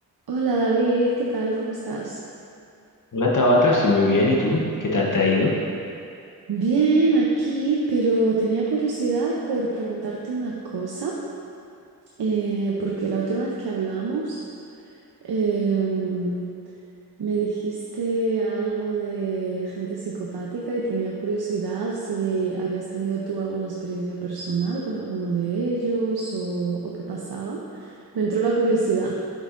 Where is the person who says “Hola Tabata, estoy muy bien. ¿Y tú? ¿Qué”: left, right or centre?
Left